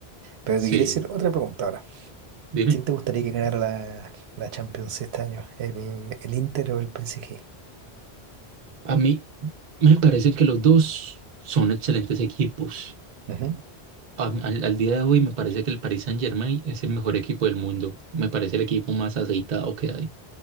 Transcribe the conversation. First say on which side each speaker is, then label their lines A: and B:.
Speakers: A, on the right (about 80°); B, on the right (about 50°).
A: Pero te
B: Sí,
A: quería hacer otra pregunta ahora.
B: dime,
A: ¿Quién te gustaría que ganara la, la Champions este año? ¿El, el Inter o el PSG?
B: a mí me parece que los dos son excelentes equipos.
A: Ujú,
B: A- al, al día de hoy me parece que el Paris Saint-Germain es el mejor equipo del mundo. Me parece el equipo más aceitado que hay.